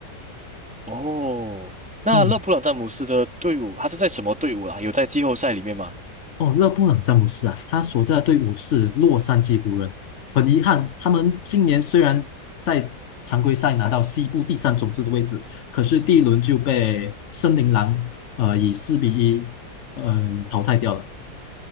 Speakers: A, in the centre; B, on the left (about 60°).
A: 哦，那勒布朗詹姆斯的队伍，
B: 嗯，
A: 他是在什么队伍啊？有在季后赛里面吗？
B: 哦，勒布朗詹姆斯啊，他所在的队伍是洛杉矶湖人。很遗憾，他们今年虽然在常规赛拿到西部第三种子的位置，可是第一轮就被森林狼呃以四比一嗯淘汰掉了，